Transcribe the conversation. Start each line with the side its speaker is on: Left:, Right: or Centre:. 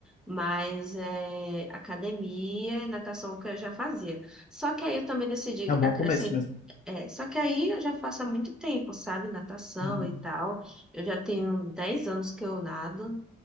Centre: mais é, academia e natação que eu já fazia. Só que aí eu também decidi
Left: É um bom
Centre: acrescentar.
Left: começo mesmo.
Centre: É, só que aí eu já faço há muito tempo, sabe? Natação
Left: Uhum.
Centre: e tal. Eu já tenho 10 anos que eu nado.